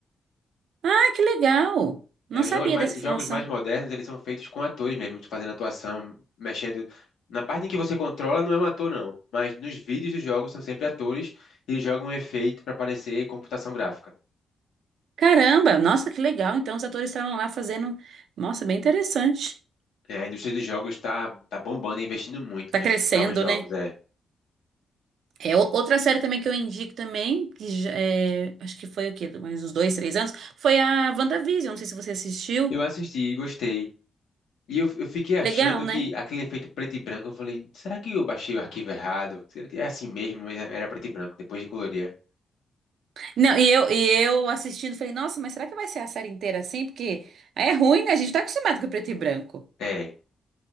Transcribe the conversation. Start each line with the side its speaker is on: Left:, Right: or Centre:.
Right: Ah, que legal! Não
Left: É, os
Right: sabia
Left: jogos mais,
Right: dessa
Left: os
Right: informação.
Left: jogos mais modernos, eles são feitos com atores mesmo, fazendo atuação, mexendo. Na parte em que você controla, não é um ator, não. Mas nos vídeos dos jogos são sempre atores e eles jogam um efeito para parecer computação gráfica.
Right: Caramba, nossa, que legal. Então, os atores estavam lá fazendo. Nossa, bem interessante.
Left: É, a indústria dos jogos está tá tá bombando e investindo muito
Right: Tá
Left: nos
Right: crescendo,
Left: novos jogos.
Right: né?
Left: É.
Right: É, o- outra série também que eu indico também, que já- é, acho que foi aqui, mais uns dois, três anos, foi a WandaVision. Não sei se você assistiu.
Left: Eu assisti e gostei. E eu, eu fiquei achando
Right: Legal, né?
Left: que aquele efeito preto e branco, eu falei, será que eu baixei o arquivo errado? Será que é assim mesmo? mas Era preto e branco, depois de colorir.
Right: Não, e eu, e eu assistindo, falei, nossa, mas será que vai ser a série inteira assim? Porque é ruim, né? A gente tá acostumado com preto e branco.
Left: É.